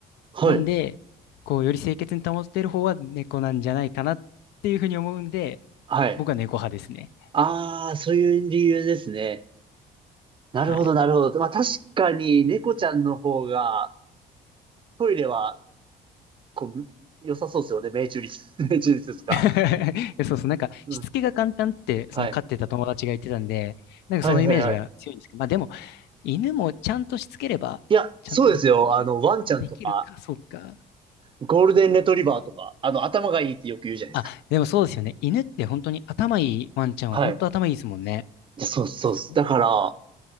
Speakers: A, on the right; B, on the left.
A: はい、
B: なんで、こう、より清潔に保てる方は猫なんじゃないかなっていうふうに思うんで、
A: はい。
B: 僕は猫派ですね。
A: ああ、そういう理由ですね。なるほど、
B: はい。
A: なるほど。まあ確かに猫ちゃんの方がトイレはこう良さそうですよね。命中率、<laughs> 命中率ですか。
B: <laughs> そうそう、なんか、
A: うん。
B: しつけが簡単って、
A: はい。
B: その飼ってた友達が言ってたんで、なんかそのイメージが強いんですけど、
A: はいはいはい。
B: まあでも、犬もちゃんとしつければ、
A: いや、
B: ちゃんとでき
A: そうですよ。あの、ワンちゃんとか、
B: できるか、そうか。
A: ゴールデンレトリバーとか、あの、頭がいいってよく言うじゃないですか。
B: あ、でもそうですよね。犬って本当に頭いいワンちゃんは本当頭いいですもんね。
A: はい。いやそうそうっす。
B: そう。
A: だから、